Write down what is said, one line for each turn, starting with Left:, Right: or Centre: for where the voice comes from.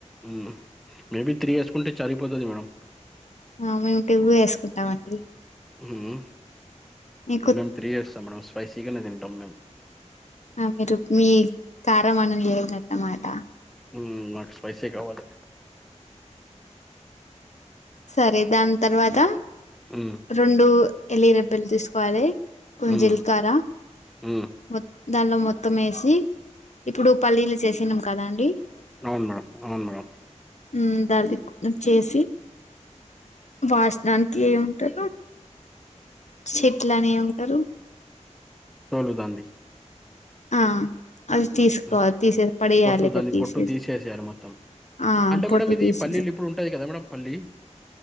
Centre: మ్మ్ మేబి త్రీ ఏసుకుంటే చరిపోతది మేడమ్
Left: ఆ మేము కివ్వి వేసుకుంటాం అండి
Centre: మ్మ్
Left: మీకు
Centre: మేమ్ త్రీ యస్తాం మేడమ్ స్పైసీగానే తింటాం మేము
Left: ఆ మీరు మీ కారం అని లేదు అన్నమాట
Centre: మ్మ్ నాకు స్పైసీ కావాలి
Left: సరే దాని తర్వాత
Centre: మ్మ్,
Left: రెండు ఎలి రబ్బెలు తీసుకోవాలి కొంచ్
Centre: మ్మ్,
Left: జిలకర
Centre: మ్మ్.
Left: మొ దానిలో మొత్తం వేసి ఇప్పుడు పల్లీలు చేసినం కదా అండి
Centre: అవును మేడమ్ అవును మేడమ్
Left: మ్మ్ దల్లి మొత్తం చేసి వాసనానికి ఏముంటారు చెట్ల అనే ఏంటారు
Centre: సొల్గుతాంది
Left: ఆ అది తీసుకోవాలి
Centre: మ్మ్,
Left: తీసే పడేయాలి
Centre: పొట్టు
Left: కదా
Centre: దాన్ని
Left: తీసేసి
Centre: పొట్టు తీసేసేయాలి మొత్తం
Left: ఆ
Centre: అంటే మేడం
Left: పొట్టు
Centre: ఇది
Left: తీసేసి
Centre: పల్లీలు ఇప్పుడు ఉంటాది కదా మేడం పల్లి